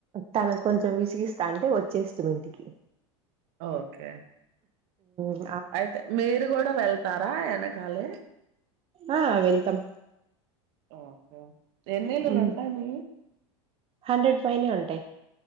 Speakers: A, on the right; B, on the right.
A: తను కొంచెం విసిగిస్తా అంటే. వచ్చేస్తిమి ఇంటికి.
B: ఓకే
A: ఆహ్
B: అయితే మీరు గూడా వెళ్తారా యేనకల్ కాాలే
A: ఆ వెళ్తమ్
B: ఓకే ఎన్నిల్లులు
A: హం
B: ఉంటాయి మీయి
A: హండ్రెడ్ పైన ఉం టాయి